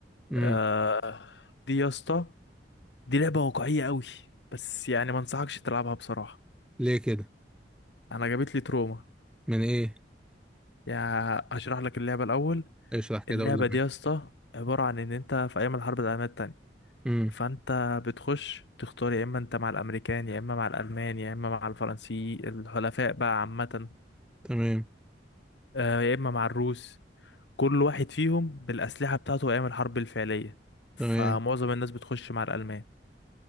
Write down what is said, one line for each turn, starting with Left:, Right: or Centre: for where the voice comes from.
Centre: امم
Left: آه دي يا اسطى دي لعبة واقعية قوي بس يعني ما انصحكش تلعبها بصراحة
Centre: ليه كده
Left: انا جابت لي تروما
Centre: من ايه
Left: يعني هشرح لك اللعبة الاول
Centre: اشرح كده
Left: اللعبة
Centre: قول
Left: دي يا اسطى عبارة عن ان انت في ايام الحرب العالمية التانية
Centre: لي
Left: فانت بتخش تختار يا اما انت مع الامريكان يا اما مع الالمان يا اما مع الفرنسي الحلفاء بقى عامة
Centre: تمام
Left: آه، يا اما مع الروس كل واحد فيهم بالاسلحه بتاعته ايام الحرب الفعليه فمعظم
Centre: تمام
Left: الناس بتخش مع الالمان